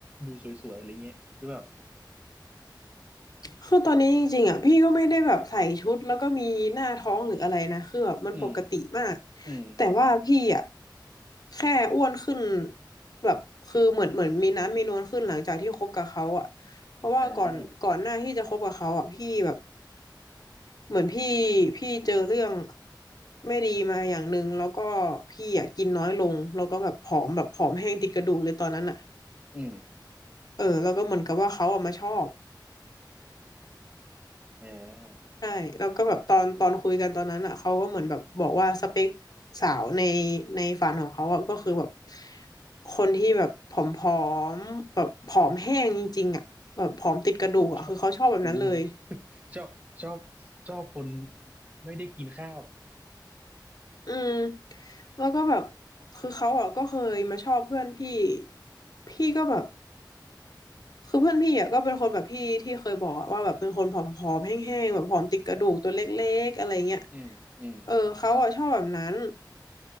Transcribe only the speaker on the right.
ดูสวยๆอะไรเงี้ยหรือเปล่า
อืมอืม
อ่า
อืม
อ่า
โอ้โหชอบโอ้โหชอบชอบชอบคนไม่ได้กินข้าว
อืมอืม